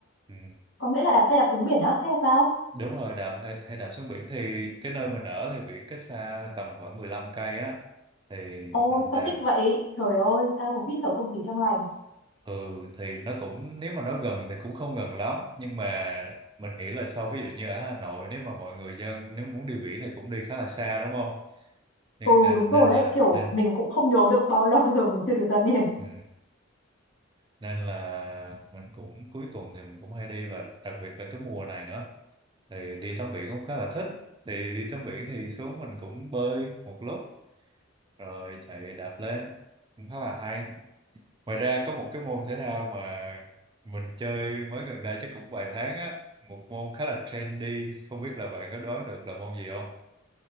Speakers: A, on the right; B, on the left.
A: ừ,
B: có nghĩa là đạp xe đạp xuống biển á hay là sao?
A: đúng rồi, đạp hay, hay đạp xuống biển thì cái nơi mình ở thì biển cách xa tầm khoảng 15 cây á. Thì
B: Ôi,
A: mình
B: sao
A: đạp,
B: thích vậy? Trời ơi, tha hồ hít thở không khí trong lành.
A: ừ, thì nó cũng, nếu mà nó gần thì cũng không gần lắm. Nhưng mà mình nghĩ là so ví dụ như ở Hà Nội, nếu mà mọi người dân nếu muốn đi biển thì cũng đi khá là xa đúng không? Nhưng
B: Ừ,
A: nè-
B: đúng rồi
A: nên
B: đấy,
A: là,
B: kiểu
A: nên...
B: mình cũng không nhớ được bao <laughs> lâu rồi mình chưa được ra biển.
A: Ừ. nên là mình cũng cuối tuần thì mình cũng hay đi và đặc biệt là cái mùa này nữa thì đi tắm biển cũng khá là thích thì đi tắm biển thì xuống mình cũng bơi một lúc rồi chạy đạp lên cũng khá là hay ngoài ra có một cái môn thể thao mà mình chơi mới gần đây chắc cũng vài tháng á một môn khá là trendy không biết là bạn có đoán được là môn gì không